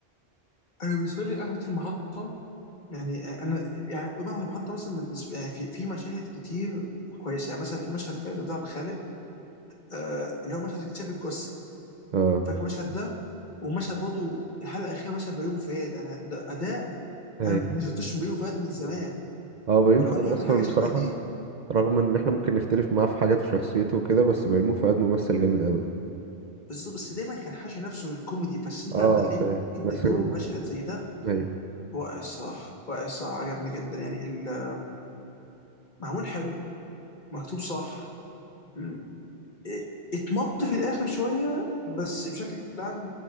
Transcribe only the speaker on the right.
اه
ايوه
اه بيومي
فؤاد
اصلا
بصراحه
رغم ان احنا ممكن نختلف معاه في حاجات في شخصيته وكده بس بيومي فؤاد ممثل جامد قوي
اه
فاهم
مثل
ايوه